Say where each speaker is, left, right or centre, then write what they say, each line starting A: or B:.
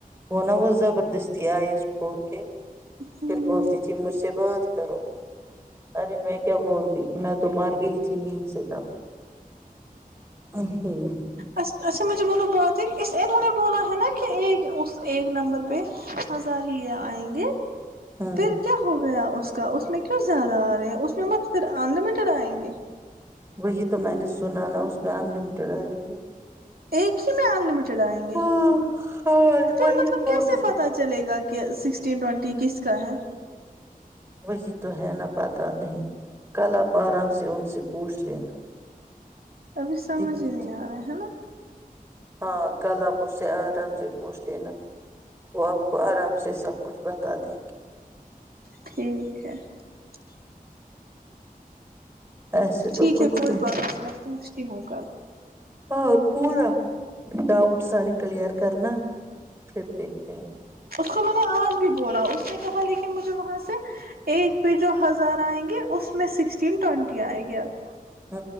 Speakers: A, on the right; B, on the right.
A: وہناا وہ زبردست د آئے اس کھول کے
B: ہ
A: پھر بولتی تھی مجھ سے بعات کرو ارے میں کیا بولتی میں تو مار گئی تھی نیند سے تب ہ جی <inaudible>
B: ا اھا مجھے بولو بات ہی اس انہوں نے بولا ہے نا کہ ایک اس ایک نمبر پہ ہزاریہ آئیں گے
A: ہاں
B: پھر کیا ہوگا رہ اس کا اس میں کیوں زیادہ آ رہے ہیں اس <unintelligible> چڑ آیں گے <unintelligible>
A: وہی تو میں نے سنا نا اس میں ان لمیٹیڈ آئے گی
B: ایک ہی میں انلمیٹڈ آئیں گے
A: ہاں ہاں
B: پھر
A: وہی
B: مطلب
A: بول
B: کیسے
A: رہی
B: پتا چلے گا کہ سکسٹین ٹینٹی کس کا ہے
A: وہی تو ہے نہ پاتا نہیں کل آپ آرام سے ان سے پوچھ لینا
B: ابھی سمجھ
A: ات-
B: ہی نہیں آ رہا ہے نا
A: ہاں کل آپ اس سے آرام سے پوچھ لینا وہ آپ کو آرام سے سب کچھ بتا دیں گے
B: ٹھیک ہے <unintelligible>
A: ایسے
B: ٹھیک
A: تو کچھ
B: ہے کوئی بات نہیں میں پوچھتی ہوں کل
A: ہاں پورا ڈاؤٹ ساریے کلیئر کرنا پھر دیکھتے ہیں
B: اس کو میں نے آج بھی بولا اس نے کہا لیکن مجھے وہاں سے ایک پہ جو ہزار آئیں گے اس میں سکسٹین ٹینٹی آئے گی آپ
A: ہ